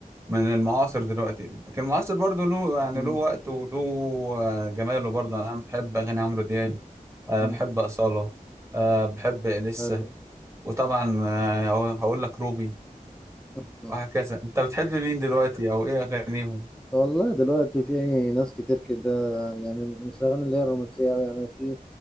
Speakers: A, on the right; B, in the centre.
A: من المعاصر دلوقتي لكن المعاصر برضه له يعني
B: مم.
A: له وقته وله آه، جماله برضه انا بحب اغاني عمرو دياب آه،
B: مم.
A: بحب أصالة آه، بحب لسه
B: حلو
A: وطبعا آه، هقول لك روبي
B: <laughs>
A: وهكذا انت بتحب مين دلوقتي او ايه اغانيهم
B: والله دلوقتي في ناس كتير كده يعني مش الأغاني اللي هي الرومانسية أوي يعني في